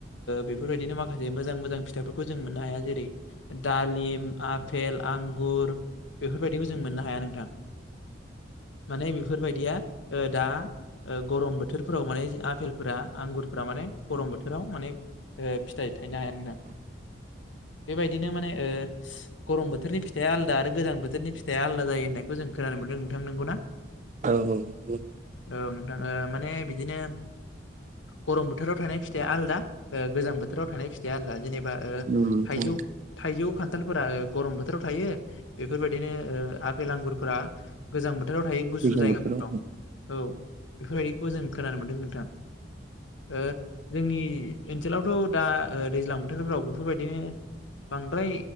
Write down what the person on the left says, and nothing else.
बेफोरबायदिनो माखासे मोजां मोजां फिथफोरखौ जों मोननो हाया जेरै दालिम आफेल आंगुर बेफोरबायदिखौ जों मोननो हाया नोंथां माने बेफोरबायदिया दा गरम बोथोरफोराव माने आफेलफोरा आंगुरफोरा माने गरम बोथोराव माने फिथाइ थायनो हाया नोंना बेबायदिनो माने गरम बोथोरनि फिथाइया आलादा आरो गोजां बोथोरनि फिथाइ दाया आलादा जायो होननायखौ जों खोनानो मोनदों नोंथां नोंगौना?
औ नोंथाङो माने बिदिनो गरम बोथोराव थानाय फिथाइया आलदा गोजां बोथोराव थानाय फिथाइया आलादा जेनेबा
थाइजौ थाइजौ खान्थालफोरा गरम बोथोराव थायो बेफोरबायदिनो आफपेल आंगुरफोरा गोजां बोथोराव थायो गुसु
जायगाफोराव
औ बेफोरबायदिखौ जों खोनानो मोन्दों नोंथां <inaudible> जोंनि ओनसोलावथ दा दैज्लां बोथोरफ्राव बेफोरबायदिनो बांद्राय